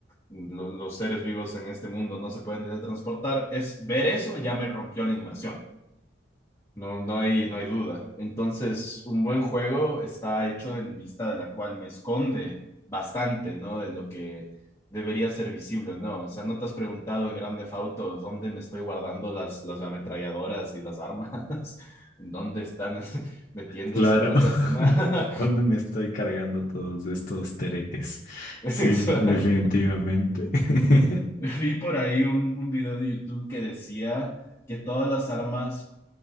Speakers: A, on the left (about 15°); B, on the left (about 45°).
A: lo- los, seres vivos en este mundo no se pueden teletransportar, es ver eso y ya me rompió la inmersión. No, no hay, no hay duda. Entonces, un buen juego está hecho en vista de la cual me esconde bastante, ¿no? De lo que debería ser visible, ¿no? O sea, ¿no te has preguntado en Grand Theft Auto dónde me estoy guardando las, las ametralladoras y las armas? <laughs> ¿En dónde están <laughs> metiéndose
B: Claro.
A: todo este arsenal?
B: <laughs> ¿Dónde me estoy cargando todos estos tereques?
A: <laughs> Exacto.
B: Sí, definitivamente. <laughs>
A: Vi por ahí un, un video de YouTube que decía que todas las armas